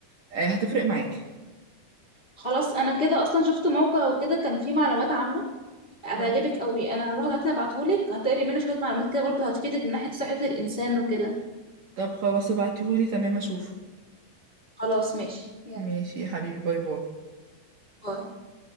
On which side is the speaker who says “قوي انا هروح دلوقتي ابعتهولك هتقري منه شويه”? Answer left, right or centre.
Left